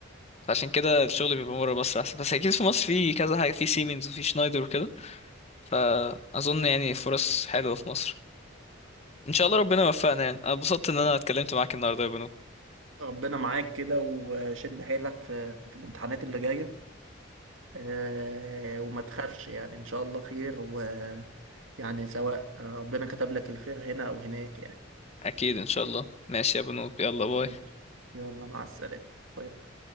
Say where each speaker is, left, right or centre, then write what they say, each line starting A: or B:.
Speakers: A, on the left; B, on the right.
A: فعشان كده الشغل بيبقى بره مصر احسن بس اكيد في مصر في كذا حاجه في سيمنز وفي شنايدر وكده فاظن يعني فرص حلوه في مصر ان شاء الله ربنا يوفقنا يعني انا اتبسطت ان انا اتكلمت معاك النهارده يا بنو
B: ربنا معاك كده وشد حيلك في في الامتحانات اللي جاية آه، وما تخافش يعني إن شاء الله خير و يعني سواء ربنا كتب لك الخير هنا أو هناك يعني
A: اكيد ان شاء الله ماشي يا بنو يلا باي
B: ماشي يلا مع السلامة باي باي.